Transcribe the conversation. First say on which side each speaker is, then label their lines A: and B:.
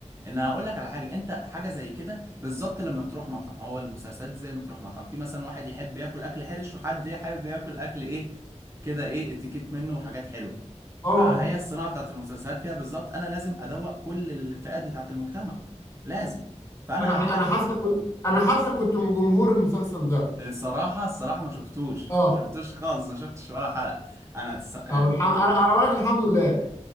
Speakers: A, on the right (about 25°); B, on the left (about 25°).
A: ان انا اقول لك على حاجه انت حاجه زي كده بالظبط لما تروح مطعم هو المسلسلات دي زي ما تروح مطعم في مثلا واحد يحب ياكل اكل حرش وحد يحب ياكل اكل ايه كده ايه اتيكيت منه وحاجات حلوه
B: اه
A: فهي الصناعه بتاعت المسلسلات كده بالظبط انا لازم ادوق كل الفئات بتاعت المجتمع لازم فانا
B: انا
A: هعمل
B: ح- انا
A: لك
B: حاسك انا حاسك كنت من جمهور المسلسل ده
A: الصراحه الصراحه ما شفتوش
B: اه
A: ما شفتوش خالص ما شفتش ولا حلقه انا الس- ال-
B: طب الحمد انا انا اقول لك الحمد لله